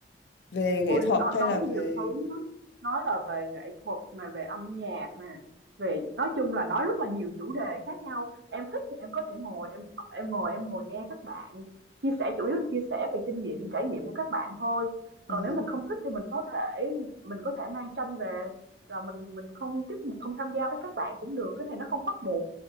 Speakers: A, on the left; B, on the right.
A: về nghệ
B: Ôi,
A: thuật
B: nó
A: hay
B: nói
A: là về
B: nhiều thứ lắm, nói là về nghệ thuật này về âm nhạc nè, về nói chung là nói rất là nhiều chủ đề khác nhau. Em thích thì em có thể ngồi em em ngồi em ngồi nghe các bạn chia sẻ chủ yếu là chia sẻ về kinh nghiệm, những trải nghiệm của các bạn thôi.
A: ờ,
B: Còn nếu mình không thích thì mình có thể mình có thể mang tranh về rồi mình mình không tiếp mình không tham gia với các bạn cũng được. Cái này nó không bắt buộc,